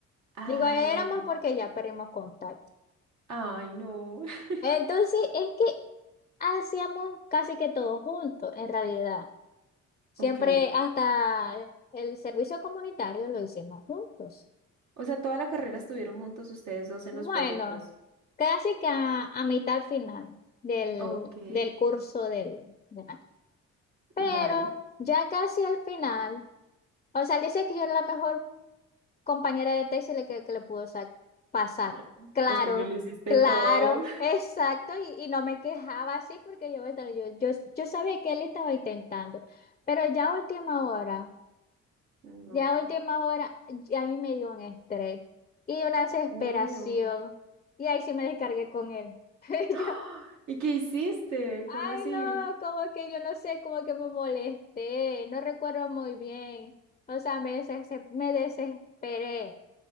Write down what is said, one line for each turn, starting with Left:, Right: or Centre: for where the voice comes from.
Right: Ay,
Left: Digo, éramos
Right: Dios mío.
Left: porque ya perdimos contacto.
Right: Ay, no. <laughs>
Left: Entonces, es que hacíamos casi que todo juntos, en realidad. Siempre
Right: Ok.
Left: hasta el servicio comunitario lo hicimos juntos.
Right: O sea, toda la carrera estuvieron juntos ustedes dos en
Left: Bueno,
Right: los proyectos.
Left: casi que a, a mitad final del,
Right: Ok,
Left: del curso del, de nat- Pero
Right: dale.
Left: ya casi al final, o sea, él dice que yo era la mejor compañera de Texas le- que, que le pudo sa- pasar.
Right: No,
Left: Claro,
Right: pues porque lo hiciste
Left: claro,
Right: todo.
Left: exacto. Y, y no me quejaba así porque yo, bueno, yo, yo, yo sabía que él estaba intentando. Pero ya a última hora,
Right: No,
Left: ya a última hora, ya a mí me dio un estrés y una desesperación.
Right: obvio.
Left: Y ahí sí me descargué con él. <laughs>
Right: ¡Ah!
Left: Yo,
Right: ¿Y qué hiciste?
Left: ay,
Right: ¿Cómo así?
Left: no, como que yo no sé, como que me molesté, no recuerdo muy bien. O sea, me, deses- me desesperé.